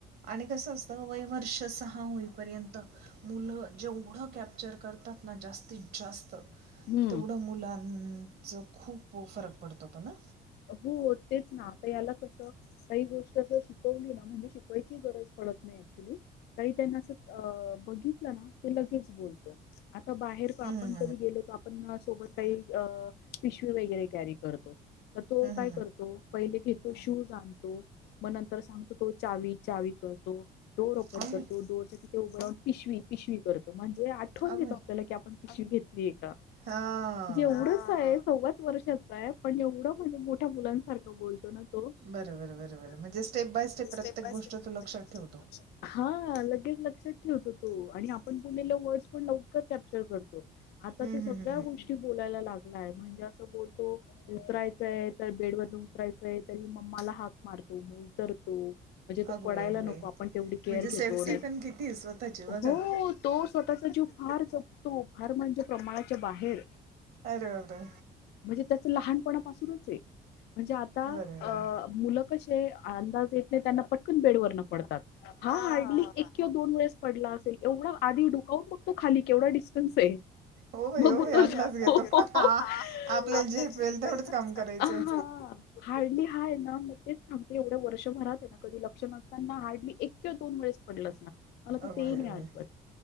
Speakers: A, on the right; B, on the left.
A: आणि कस असत वयवर्ष सहा होईपर्यंत मुलं जेवढं कॅपचर करतात ना जास्तीत जास्त
B: हम्म
A: तेवढं मुलांच खूप हो फरक पडतो पण नं
B: हो तेच ना आता याला कस काही गोष्ट अस शिकवली ना म्हणजे शिकवायची गरज प पडत नाई ऍकचुली काही त्यांना असं अ बघितलं ना ते लगेच बोलतो आता बाहेर प आपण
A: हं, हं, हं,
B: कधी गेलो त आप प सोबत काही अ पिशवी वगैरे कॅरी करतो. तर तो
A: हं, हं,
B: काय करतो
A: हं.
B: पहिले घेतो शूज आणतो म नंतर सांगतो तो चावी चावी करतो. डोर ओपन
A: अगं
B: करतो
A: बाई,
B: डोरच्या तिथे उभं राहून पिशवी पिशवी करतो म्हणजे आठवण
A: अगं
B: देतो
A: बाई.
B: आपल्याला की आपण पिशवी घेतलीये का म्हणजे
A: हां
B: एवढंस ये सव्वाच वर्षाचा आहे पण एवढं म्हणजे मोठ्या मुलांसारखं बोलतो ना. तो
A: बरं
B: बरं बर
A: म्हणजे स्टेप बाय
B: स्टेप
A: प्रत्येक
B: बाय
A: गोष्ट
B: स्टेप प्रत्येक
A: तू लक्षात
B: गोष्ट
A: ठेवतो.
B: तो लक्षात हा लगेच लक्षात ठेवतो तो आणि आपण बोललेले वर्ड्स पण लवकर कॅप्चर करतो तो आता
A: हं,
B: तो
A: हं,
B: सगल्या
A: हं, हं.
B: गोष्टी बोलायला लागलाय म्हणजे अस बोलतो उतराय तय तर बेड वरन उतरायचंय तरी मम्माला हाक मारतो मग उतरतो. म्हणजे तो
A: अगं
B: पडायला
A: बाई, अगं
B: नको
A: बाई.
B: आपण तेवढी केअर
A: म्हणजे सेफ्टी
B: घेतो
A: पण किती आहे स्वतःची बघा.
B: हो तो स्वतः चा जीव फार जपतो फार म्हणजे प्रमाणाच्या बाहेर
A: अरे बापरे!
B: म्हणजे त्याच लहान पणा पासूनच ये. म्हणजे आता
A: बरं बरं.
B: मूल कशी ते अंदाज येते त्यांना पटकन बेडवरन पडतात, हा हर्डली एक किंवा दोन वेळेस पडला असणार एवढं आधी दोकावून बघतो, खाली केवढा डिस्टन्स आहे.
A: हो भाई
B: मग
A: हो
B: उतरतो
A: भाई अंदाज घेतो
B: <unintelligible>
A: हा आपल्याला झेपेल तेवढंच
B: हा <unintelligible>
A: काम करायचंय
B: हा आहे ना मग तेच सांगते एवढ्या वर्षभरात आहे, ना कधी लक्ष नसताना हार्डली एक किंवा दोन वेळेस पडलच ना मला तर
A: अगोय
B: ते नाही
A: अगोय
B: आठवत.